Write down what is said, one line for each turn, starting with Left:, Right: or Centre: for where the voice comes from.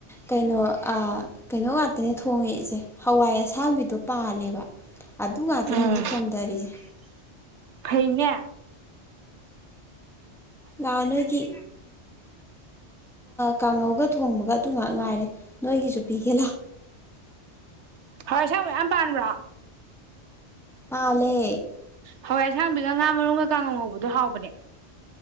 Centre: ꯀꯩꯅꯣ ꯀꯩꯅꯣ ꯉꯇꯅꯦ ꯊꯣꯡꯉꯦꯏꯁꯦ ꯍꯋꯥꯏ ꯑꯁꯥꯡꯕꯤꯗꯣ ꯄꯥꯜꯂꯦꯕ ꯑꯗꯨ ꯉꯥꯛꯇꯅꯤ
Right: ꯎꯝ
Centre: ꯍꯧꯖꯤꯛ ꯊꯣꯡꯗꯔꯤꯁꯦ
Right: ꯐꯩꯅꯦ
Centre: ꯉꯍꯟ ꯅꯣꯏꯒꯤ ꯀꯥꯡꯉꯧꯒ ꯊꯣꯡꯕꯒ ꯑꯗꯨ ꯉꯛ ꯉꯥꯏꯔꯦ ꯅꯣꯏꯒꯤꯁꯨ ꯄꯤꯒꯦ ꯂꯥꯎ
Right: ꯍꯣꯏ ꯑꯁꯦꯡꯕꯩ ꯃꯌꯥꯝ ꯄꯟꯕꯔꯣ
Centre: ꯄꯥꯜꯂꯦ
Right: ꯍꯋꯥꯏ ꯑꯁꯥꯡꯕꯤꯒ ꯉꯥ ꯃꯔꯨꯝꯒ ꯀꯥꯡꯉꯧ ꯉꯧꯕꯗꯣ ꯍꯥꯎꯕꯅꯦ